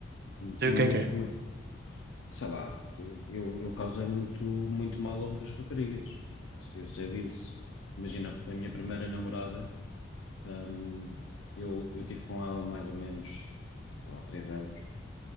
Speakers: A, on the right; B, on the left.
A: Sei
B: E
A: o
B: momentos
A: que é que é.
B: muito, sei lá, eu, eu causei muito, muito mal a outras raparigas. Eu sei disso. Imagina, a minha primeira namorada, hum, eu, eu tive com ela mais ou menos, sei lá, três anos.